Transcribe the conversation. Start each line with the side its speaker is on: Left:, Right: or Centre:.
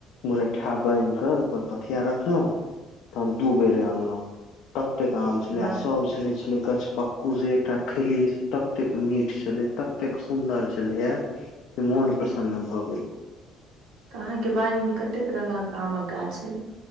Left: मुरठा बान्हि के ओहिप ठिया रखलहु तहन दू बेर अनलहु ततेक आम छलै
Right: वाह
Left: सब ओ छलै छलै गछपक्कू जे एकटा खेलियै से ततेक मीठ छलै तत एतेक सुंदर छलैया जे मोन प्रसन्न भए गेल
Right: तऽ अहाँके बाड़ी में कते रंगगक आमक गाछ यै